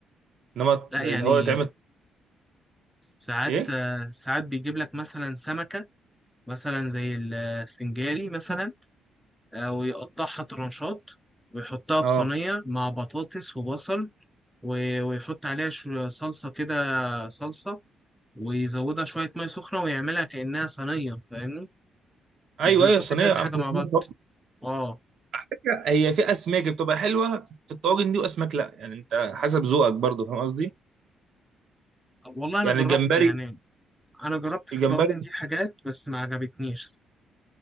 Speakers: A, on the right; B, in the centre.
A: انما
B: لا
A: اللي
B: يعني
A: هو يتعمل
B: ساعات
A: ايه
B: آه، ساعات بيجيب لك مثلا سمكة مثلا زي السنجاري مثلا آه، ويقطعها ترانشات ويحطها في
A: اه
B: صينية مع بطاطس وبصل و- ويحط عليها شو- صلصة كده صلصة ويزودها شوية مية سخنة ويعملها كأنها صينية فاهمني
A: ايوه
B: مش بيحط
A: ايوه الصينيه
B: كذا
A: عامله
B: حاجة مع
A: صينية
B: بعض
A: طاجن.
B: اه
A: على فكرة هي في اسماك بتبقى حلوه في الطاجن دي واسماك لا يعني انت حسب ذوقك برضو فاهم قصدي
B: والله أنا
A: يعني
B: جربت
A: الجمبري
B: يعني أنا جربت في
A: الجمبري
B: الطواجن دي حاجات بس ما عجبتنيش